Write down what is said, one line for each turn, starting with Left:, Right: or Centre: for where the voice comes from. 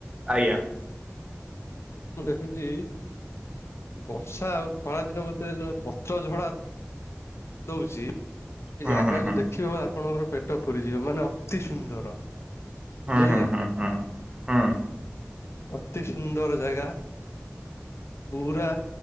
Right: ଆଜ୍ଞା
Left: ମୁଁ ଦେଖୁଛି ବର୍ଷା ଆଉ ଖରା ଦିନ ମଧ୍ୟରେ ପତ୍ର ଝଡା ଦଉଛି ଏ
Right: ହୁଁ
Left: ଜାଗାକୁୁ
Right: ଆଜ୍ଞା।
Left: ଦେଖିବ ଆପଣଙ୍କର ପେଟ ପୁରିଯିବ ମାନେ ଅତି ସୁନ୍ଦର
Right: ହୁଁ
Left: ବୁଝିଲେ
Right: ହୁଁ ହୁଁ ହୁଁ
Left: ନା
Right: ହୁଁ ହୁଁ ହୁଁ
Left: ଅତି ସୁନ୍ଦର ଜାଗା ପୁରା